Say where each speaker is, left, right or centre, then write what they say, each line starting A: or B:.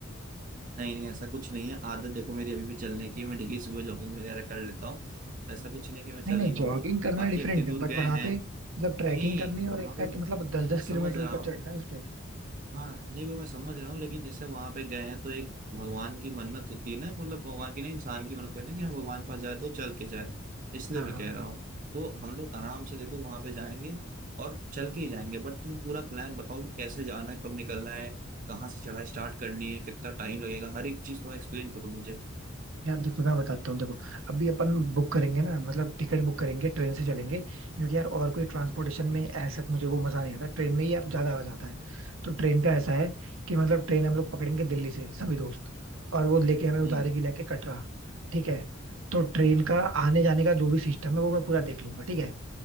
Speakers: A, on the right; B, on the right.
A: नहीं नहीं ऐसा कुछ नहीं है आदत देखो मेरी अभी भी चलने की है। मैं डेली सुबह जॉगिंग वगैरह कर लेता हूँ तो ऐसा कुछ नहीं कि मैं चल
B: नहीं नहीं
A: नहीं पाऊंगा
B: जॉगिंग करना
A: बाकी
B: डिफरेंट
A: इतनी
B: है
A: दूर
B: बट
A: गए
B: वहां
A: हैं
B: पे मतलब ट्रैकिंग
A: नहीं
B: करनी है
A: वहां
B: और इनफैक्ट
A: पे
B: मतलब दस दस
A: मैं समझ
B: किलोमीटर
A: रहा
B: ऊपर
A: हूँ
B: चढ़ना है उस पे
A: हाँ नहीं वो मैं समझ रहा हूँ लेकिन जैसे वहां पे गए हैं तो एक भगवान की मन्नत होती है ना मतलब भगवान की नहीं इंसान की मन्नत होती है ना कि हाँ भगवान के पास जाए तो चल के जाए इसलिए
B: हाँ
A: मैं
B: हाँ
A: कह रहा हूँ तो हम लोग आराम से देखो वहां पे जाएंगे और चल के ही जाएंगे बट तुम पूरा प्लान बताओ कि कैसे जाना है कब निकलना है कहाँ से चढ़ाई स्टार्ट करनी है कितना टाइम लगेगा हर एक चीज थोड़ा एक्सप्लेन करो मुझे
B: यार देखो मैं बताता हूँ देखो अभी अपन बुक करेंगे ना मतलब टिकट बुक करेंगे ट्रेन से चलेंगे क्योंकि यार और कोई ट्रांसपोर्टेशन में ऐसा मुझे वो मजा नहीं आता ट्रेन में ही यार ज्यादा आ जाता है तो ट्रेन का ऐसा है कि मतलब ट्रेन हम लोग पकड़ेंगे दिल्ली से सभी दोस्त और वो लेके हमें उतारेगी
A: हम्म
B: लेके कटरा ठीक है तो ट्रेन का आने जाने का जो भी सिस्टम है वो मैं पूरा देख लूंगा ठीक है